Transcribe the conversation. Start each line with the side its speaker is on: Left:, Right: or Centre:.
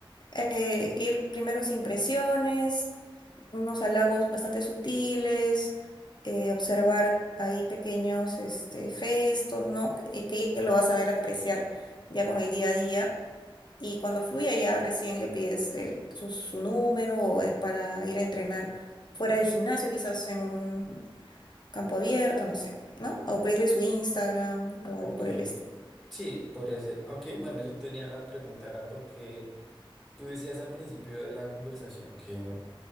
Left: eh, ir primero sin presiones, unos halagos bastante sutiles, eh, observar ahí pequeños este, gestos, ¿no? Que, que ella lo vas a ver apreciar ya con el día a día. Y cuando fluya ya recién le pides el- su, su número o, eh, para ir a entrenar fuera del gimnasio, quizás en un campo abierto, no sé, ¿no? O pedirle su Instagram o
Centre: Ok,
Left: algo por el estilo.
Centre: Sí, podría ser. Aunque, bueno, yo tenía la pregunta, era porque tú decías al principio de la conversación que